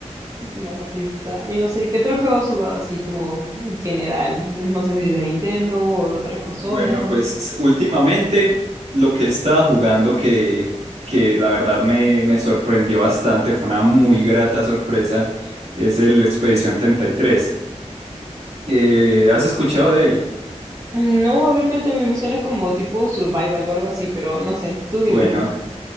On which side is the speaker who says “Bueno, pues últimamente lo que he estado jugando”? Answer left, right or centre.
Right